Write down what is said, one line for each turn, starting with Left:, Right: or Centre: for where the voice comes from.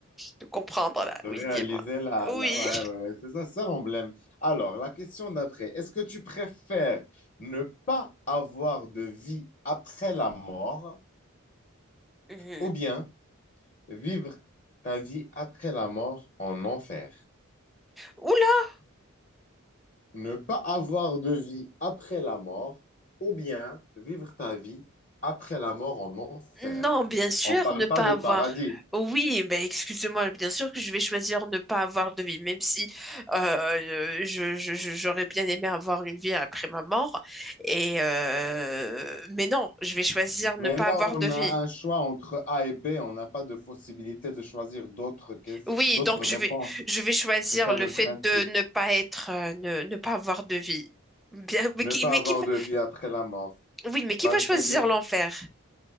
Centre: de comprendre, là.
Left: de
Centre: Oui,
Left: réaliser
Centre: dis-moi.
Left: la...
Centre: Oui.
Left: la- Ouais, ouais, ouais, c'est ça, c'est ça l'emblème. Alors, la question d'après, est-ce que tu préfères ne pas avoir de vie après la mort
Centre: Mhm.
Left: Ou bien vivre ta vie après la mort en enfer.
Centre: Ouh
Left: Ne pas avoir de vie après la mort ou bien vivre ta vie après la mort en enfer.
Centre: Non, bien sûr,
Left: On ne parle
Centre: ne pas
Left: pas de
Centre: avoir.
Left: paradis.
Centre: Oui, mais excusez-moi, bien sûr que je vais choisir ne pas avoir de vie, même si euh, euh, je, je- je- j'aurais bien aimé avoir une vie après ma mort. Et euh, mais non, je vais choisir ne
Left: Mais
Centre: pas
Left: là,
Centre: avoir
Left: on
Centre: de vie.
Left: a un choix entre A et B. On n'a pas de possibilité de choisir d'autres que-
Centre: Oui,
Left: d'autres
Centre: donc je
Left: réponses.
Centre: vais, je vais choisir
Left: C'est ça
Centre: le
Left: le
Centre: fait
Left: principe.
Centre: de ne pas être, euh, ne, ne pas avoir de vie. Bien, mais
Left: Ne
Centre: qui,
Left: pas
Centre: mais
Left: avoir
Centre: qui va,
Left: de vie après la mort.
Centre: oui, mais qui
Left: Bah,
Centre: va
Left: je
Centre: choisir
Left: vais dire
Centre: l'enfer?